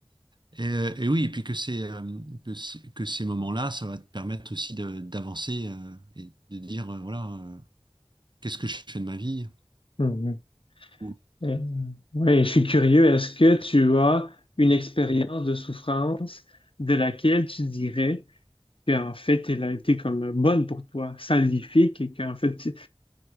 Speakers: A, on the right; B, on the left.
A: Et, euh, et oui, et puis que, c'est, euh, que, c'est- que ces moments-là, ça va te permettre aussi de- d'avancer euh, et de dire, euh, voilà. euh, Qu'est-ce que je fais de ma vie?
B: Mhm.
A: Ou,
B: Euh, Ouais, je suis curieux. Est-ce que tu as une expérience de souffrance de laquelle tu dirais qu'en fait, elle a été comme bonne pour toi, salvifique, et qu'en fait, tu